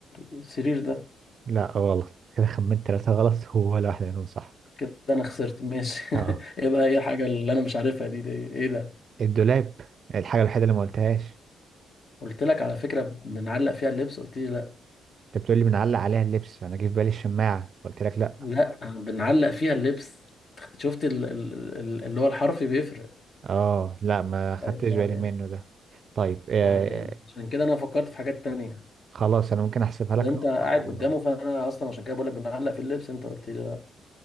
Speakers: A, on the left; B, on the right.
A: السرير ده
B: لا غلط كده خمنت ثلاثة غلط ولا واحدة منهم صح
A: كده انا خسرت ماشي
B: اه
A: <laughs> ايه بقى هي الحاجه اللي انا مش عارفها دي, دي ايه ده
B: الدولاب الحاجة الوحيدة اللي ما قلتهاش
A: قلت لك على فكره بنعلق فيها اللبس قلت لي لا
B: انت بتقول لي بنعلق عليها اللبس انا جه في بالي الشماعة فقلت لك لا
A: لا بنعلق فيها اللبس شفت ال... ال... ال- اللي هو الحرف بيفرق
B: اه لا ما خدتش
A: طيب ما
B: بالي
A: علينا
B: منه ده طيب آه
A: ما علينا عشان كده انا فكرت في حاجات تانية
B: خلاص انا ممكن احسبها لك
A: اللي انت
B: نقطة
A: قاعد
B: و...
A: قدامه فانا اصلا عشان كده بقول لك بنعلق في اللبس انت قلت لي لا